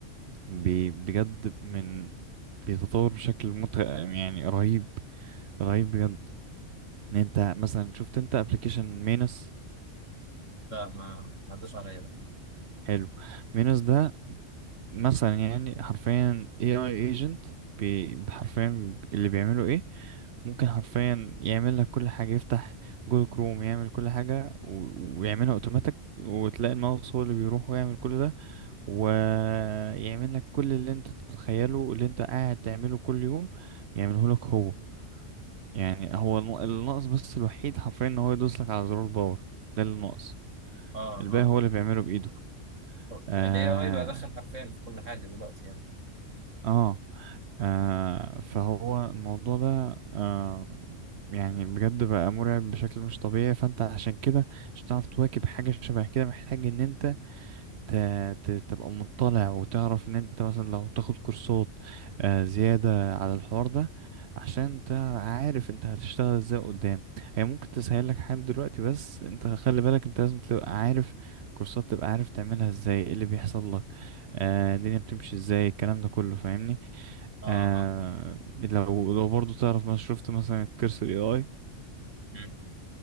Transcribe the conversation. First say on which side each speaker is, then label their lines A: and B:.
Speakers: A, on the right; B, on the right.
A: بي بجد من بيتطور بشكل مت يعني رهيب رهيب بجد ان انت مثلا شفت انت ابلكيشن مينس
B: لا ما ما عداش عليا ده
A: حلو مينس ده مثلا يعني حرفيا اي اي ايجنت حرفيا اللي بيعمله ايه ممكن حرفيا يعمل لك كل حاجه يفتح جوجل كروم يعمل كل حاجه و- ويعملها اوتوماتيك وتلاقي الماوس هو اللي بيروح ويعمل كل ده ويعمل لك كل اللي انت تتخيله اللي انت قاعد تعمله كل يوم يعمله لك هو يعني هو الن- الناقص بس الوحيد حرفيا ان هو يدوس لك على زرار باور ده اللي ناقص
B: اه
A: الباقي هو اللي بيعمله بإيده
B: اه
A: اه,
B: الاي اي بقى دخل حرفيا في كل حاجه دلوقتي يعني
A: آه. آه فهو الموضوع ده آه يعني بجد بقى مرعب بشكل مش طبيعي فانت عشان كده مش هتعرف تواكب حاجة شبه كده محتاج ان انت ت- ت- تبقى مطلع وتعرف ان انت مثلا لو تاخد كورسات آه، زيادة على الحوار ده عشان انت عارف انت هتشتغل ازاي قدام هي ممكن تسهل لك حاجات دلوقتي بس انت خلي بالك انت لازم تبقى عارف كورسات تبقى عارف تعملها ازاي ايه اللي بيحصل لك آه، الدنيا بتمشي ازاي الكلام ده كله فاهمني
B: اه
A: آه،
B: اه فاهم.
A: لو لو برضو تعرف ما شفت مثلا الكورس الاي اي
B: مم.